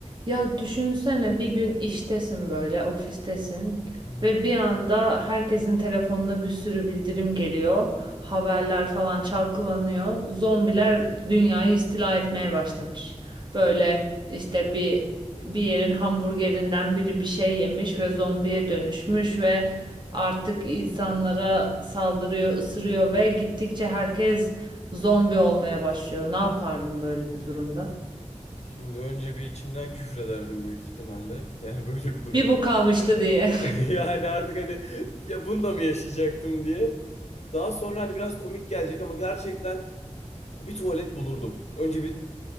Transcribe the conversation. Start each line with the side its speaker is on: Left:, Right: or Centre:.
Right: Ya düşünsene bir gün iştesin böyle ofistesin
Left: Hı hı.
Right: ve bir anda herkesin telefonuna bir sürü bildirim geliyor. Haberler falan çalkalanıyor. Zombiler dünyayı istila etmeye başlamış. Böyle işte bir bir yerin hamburgerinden biri bir şey yemiş ve zombiye dönüşmüş ve artık insanlara saldırıyor, ısırıyor ve gittikçe herkes zombi olmaya başlıyor. Ne yapardım böyle bir durumda?
Left: Şimdi önce bir içimden küfrederdim büyük ihtimalle. Yani <laughs> böyle bir durumda.
Right: Bir bu kalmıştı
Left: <laughs>
Right: diye.
Left: Yani artık hani ya bunu da mı yaşayacaktım diye. Daha sonra hani biraz komik gelecek ama gerçekten bir tuvalet bulurdum. Önce bir